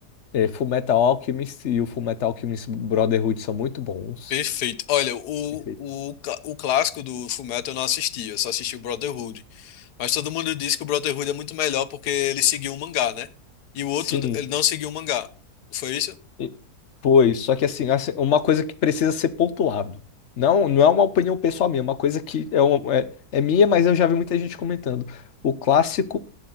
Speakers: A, on the left (about 50°); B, on the left (about 80°).
A: eh, Fullmetal Alchemist e o Fullmetal Alchemist Brotherhood são muito bons.
B: Perfeito. Olha, o,
A: Perfeito.
B: o, cla- o clássico do Fullmetal eu não assisti, eu só assisti o Brotherhood. Mas todo mundo diz que o Brotherhood é muito melhor porque ele seguiu o mangá, né? E o outro,
A: Sim,
B: ele não seguiu o mangá. Foi isso?
A: e- foi. Só que assim, assim, uma coisa que precisa ser pontuado. Não, não é uma opinião pessoal minha, é uma coisa que é, um- é, é minha, mas eu já vi muita gente comentando. O clássico,